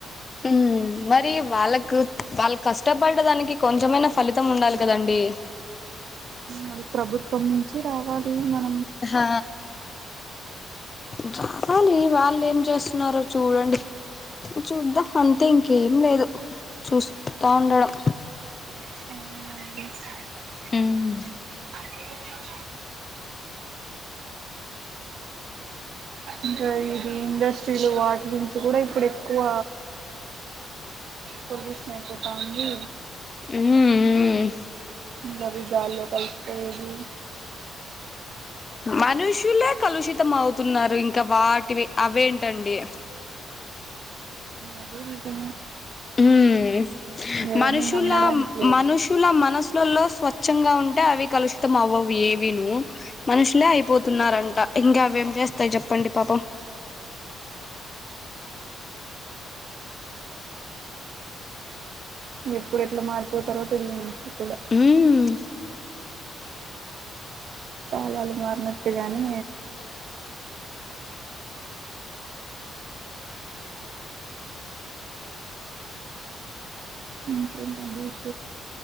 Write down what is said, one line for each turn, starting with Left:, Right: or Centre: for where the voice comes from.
Left: హ్మ్ మరి వాళ్ళకు వాళ్ళు కష్టపడ్డ దానికి కొంచెమైనా ఫలితం ఉండాలి కదండి
Right: మన ప్రభుత్వం నుంచి రావాలి మన
Left: హ బ వాళ్ళ ఏం చేస్తున్నారు చూడండి చూద్దాం అంతే ఇంకేం లేదు చూస్తా ఉండడం
Right: హ్మ్ <unintelligible>
Left: ఉమ్
Right: ఇంకా ఇది ఇండస్ట్రీలు వాటి గురించి కూడా ఇప్పుడు ఎక్కువ పొల్యూషన్ అయిపోతా ఉంది
Left: హ్మ్ మ్మ్
Right: ఇంక అవి గాల్లో కలిసిపోయేది
Left: మనుషులే కలుషితం అవుతున్నారు ఇంకా వాటివి అవేంటండి
Right: అది నిజమే
Left: హ్మ్
Right: ఎవరిని
Left: మనుషులా
Right: నమ్మడానికి లేదు
Left: మనుషులా మనసు లో లో స్వ స్వచ్చంగా ఉంటే అవి కలుషితం అవ్వవు ఏవ ను మనుషులే అయిపోతున్నారంట ఇంకా అవేం చేస్తాయి చెప్పండి పాపం
Right: ఎప్పుడు ఎట్లా మారిపోతారో <unintelligible> నీకుంది
Left: ఉమ్
Right: కాలాలు మారినా కానీ ఇంకేంటి విష